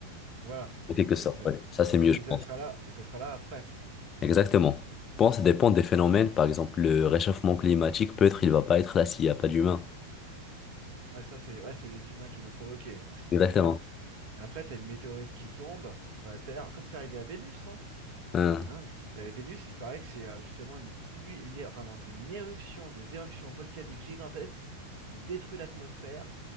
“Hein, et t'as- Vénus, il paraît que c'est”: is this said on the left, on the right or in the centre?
Right